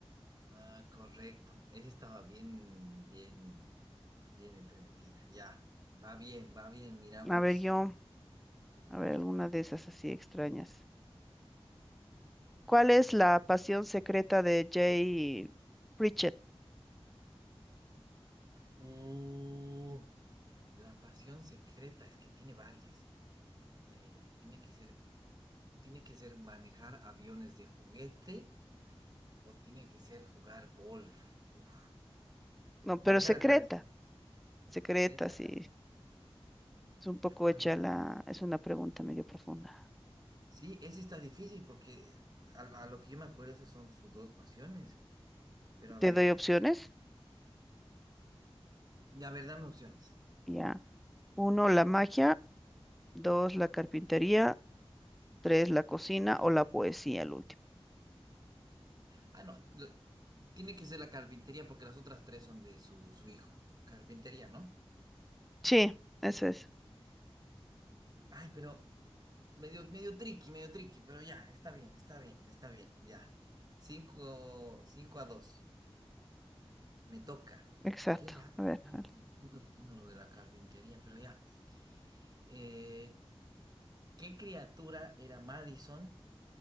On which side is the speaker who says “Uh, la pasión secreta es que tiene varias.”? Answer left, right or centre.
Right